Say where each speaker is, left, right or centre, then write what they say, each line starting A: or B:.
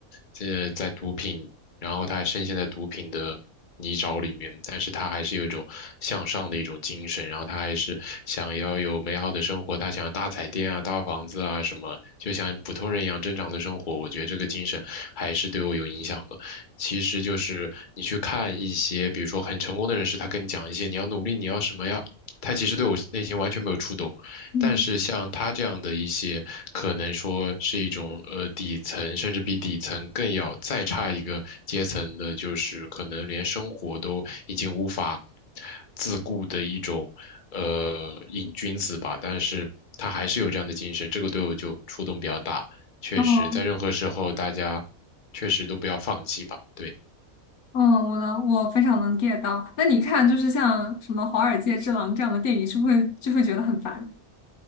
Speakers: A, on the left; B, on the left.
A: 这在毒品然后他还深陷在毒品的泥沼里面，但是他还是有一种向上的一种精神，然后他还是想要有美好的生活，他想要大彩电啊、大房子啊什么，就像普通人一样正常的生活。我觉得这个精神还是对我有影响的。其实就是你去看一些，比如说很成功的人士，他跟你讲一些你要努力，你要什么呀，他其实对我内心完全没有触动。
B: 嗯，
A: 但是像他这样的一些，可能说是一种呃底层，甚至比底层更要再差一个阶层的，就是可能连生活都已经无法自顾的一种呃瘾君子吧。但是他还是有这样的精神，这个对我就触动比较大。确实，
B: 哦，
A: 在任何时候，大家确实都不要放弃吧。对。
B: 嗯，我能，我非常能 get 到。那你看，就是像什么《华尔街之狼》这样的电影，是不是会就会觉得很烦？